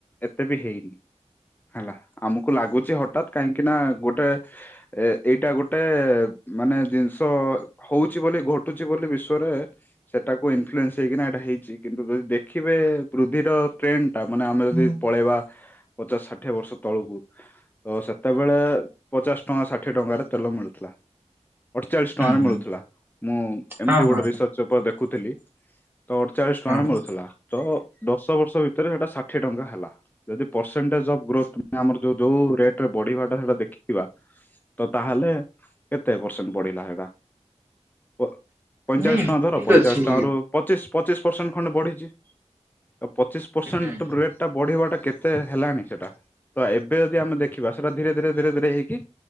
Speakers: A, on the left; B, on the right.
A: ଏତେ ବି ହେଇନି। ହେଲା ଆମକୁ ଲାଗୁଚି ହଟାତ୍ କାହିଁକି ନା ଗୋଟେ ଏ ଏଇଟା ଗୋଟେ ମାନେ ଜିନିଷ ହଉଚି ବୋଲି ଘଟୁଚି ବୋଲି ବିଶ୍ଵରେ ସେଟାକୁ ଇନଫ୍ଲୁଏନ୍ସ ହେଇକିନା ଏଇଟା ହେଇଚି କିନ୍ତୁ ଯଦି ଦେଖିବେ ବୃଦ୍ଧିର ଟ୍ରେଣ୍ଡ୍ ତା ମାନେ ଆମେ ଯଦି ପଳେଇବା ପଚାଶ ଷାଠିଏ ବର୍ଷ ତଳକୁ ତ ସେତେବେଳେ ପଚାଶ ଟଙ୍କା ଷାଠିଏ ଟଙ୍କାରେ ତେଲ ମିଳୁଥିଲା। ଅଠ ଚାଳିଶି ଟଙ୍କାରେ
B: ହୁଁ ହୁଁ
A: ମିଳୁଥିଲା ମୁଁ ଏମିତି
B: ହଁ ହଁ
A: ଗୋଟେ ରିସର୍ଚ୍ଚ ପେପର୍ ଦେଖୁଥିଲି ତ ଅଠ୍ ଚାଳିଶ୍
B: ହଁ
A: ଟଙ୍କାରେ ମିଳୁଥିଲା ତ ଦଶ ବର୍ଷ ଭିତରେ ସେଇଟା ଷାଠିଏ ଟଙ୍କା ହେଲା। ଯଦି ପରସେଣ୍ଟେଜ ଅଫ୍ ଗ୍ରୋଥ୍ ଆମର ଯ ଯୋଉ ରେଟ୍ ରେ ବଢିବାଟା ସେଟା ଦେଖିଥିବା ତ ତାହେଲେ କେତେ ପରସେଣ୍ଟ୍ ବଢିଲା ହେଟା କ ପଇଁଚାଳିଶ୍
B: ନାଇଁ
A: ଟଙ୍କା ଧର
B: ଠିକ
A: ପଇଁଚାଳିଶ୍
B: ଅଛି
A: ଟଙ୍କା ରୁ ପଚିଶ୍ ପଚିଶ୍ ପରସେଣ୍ଟ୍ ଖଣ୍ଡେ ବଢିଚି ଆଉ ପଚିଶ୍ ପରସେଣ୍ଟ୍
B: ଆଜ୍ଞା
A: ରେଟ୍ ଟା ବଢିବାଟା କେ ତେ ହେଲାଣି ସେଟା ତ ଏବେ ଯଦି ଆମେ ଦେଖିବା ସେଟା ଧୀରେ ଧୀରେ ଧୀରେ ଧୀରେ ହେଇକି